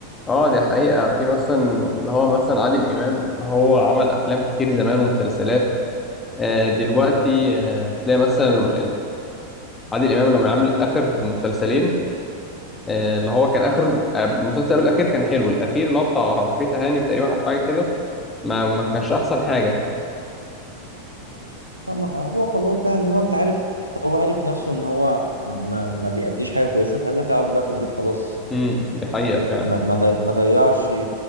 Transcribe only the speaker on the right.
فما- هو خلاص بقى اللي هو انت عارف هو عارف نفسه ان هو ما, ما بيأديش حاجه كويسه فقال لك اقعد بقى في البيت خلاص
ما ما ضي- ما ضيعش